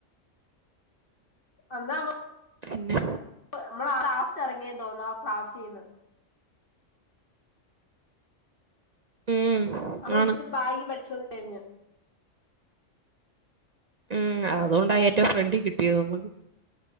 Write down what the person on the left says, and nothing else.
അന്നേ ആവോ
നമ്മളാ ലാസ്റ്റ് ഇറങ്ങിയേ തോന്നു ആ ക്ലാസ്സീന്ന്
അബളിച്ചിരി
ബായ് പരിശോധന കഴിഞ്ഞ്